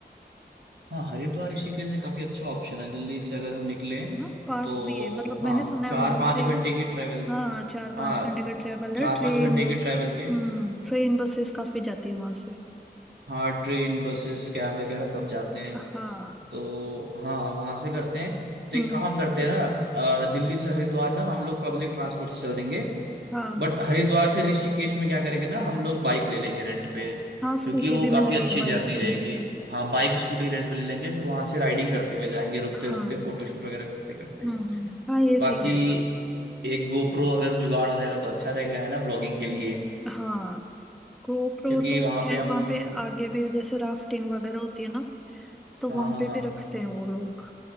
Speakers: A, on the right; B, in the centre.
A: हाँ हरिद्वार ऋषिकेश से काफी अच्छा ऑप्शन है दिल्ली से अगर हम निकले
B: ना पास
A: तो
B: भी है मतलब मैंने
A: हाँ
B: सुना
A: चार
B: है वहां
A: पाँच
B: से
A: घंटे की ट्रेवल
B: हाँ चार पांच
A: हाँ
B: घंटे का ट्रेवल
A: चार
B: है ट्रेन
A: पाँच घंटे की ट्रेवल के
B: हम्म ट्रेन बसेस काफी जाती है वहां से
A: हाँ ट्रेन बसेस कैब वगैरह सब जाते हैं
B: हाँ
A: तो हाँ वहां से करते हैं तो
B: हम्म
A: एक काम करते हैं ना अ, दिल्ली से हरिद्वार ना हम लोग पब्लिक ट्रांसपोर्ट से चल देंगे
B: हाँ
A: बट हरिद्वार से ऋषिकेश में क्या करेंगे ना हम लोग बाइक ले लेंगे रेंट पे
B: हाँ स्कूटी
A: क्योंकि वो
B: भी
A: काफी
B: मिलती
A: अच्छी
B: है बाइक
A: जर्नी
B: भी
A: रहेगी
B: मिलती है
A: हाँ बाइक स्कूटी रेंट पे ले लेंगे फिर वहां से राइडिंग करते हुए जाएंगे रुकते
B: हाँ
A: रुकते फोटोशूट वगैरह करते करते
B: हम्म हम्म, हाँ ये सही
A: बाकी
B: रहेगा
A: एक गोप्रो अगर जुगाड़ हो जाएगा तो अच्छा रहेगा है ना ब्लॉगिंग के लिए
B: हाँ गोप्रो
A: क्योंकि
B: तो
A: वहां
B: फिर
A: पे हम
B: वहां पे आगे भी जैसे राफ्टिंग वगैरह होती है ना तो
A: हाँ
B: वहां
A: हाँ
B: पे
A: हाँ
B: भी रखते हैं वो लोग